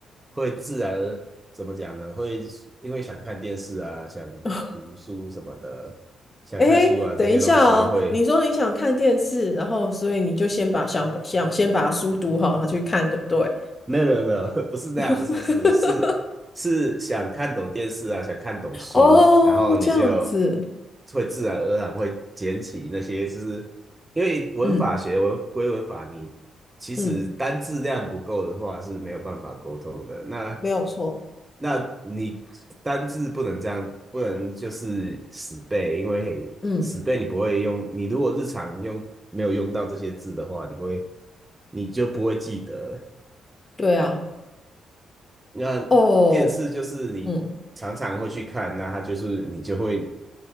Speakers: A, on the right (about 20°); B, on the left (about 35°).
A: 会自然而怎么讲呢？会因为想看电视啊，想读书什么的，
B: <laughs>
A: 想看书啊这些东西会
B: 诶，等一下哦，你说你想看电视，然后所以你就先把想把想先把书读好，然后去看，对不对？
A: 没有没有没有，<laughs> 不是那样，
B: <laughs>
A: 不是不是，是是想看懂电视啊，想看懂书，
B: 哦，
A: 然后你就
B: 这样子，
A: 会自然而然会捡起那些，就是因为文法学文归文法，
B: 嗯
A: 你其实单字量不够的话是没有办法沟通的。
B: 嗯
A: 那
B: 没有错。
A: 那你单字不能这样，不能就是死背，因为死背你不会用，
B: 嗯，
A: 你如果日常用没有用到这些字的话，你会你就不会记得。
B: 对啊，
A: 那电视就是你常常会去看，
B: 哦，嗯
A: 那它就是你就会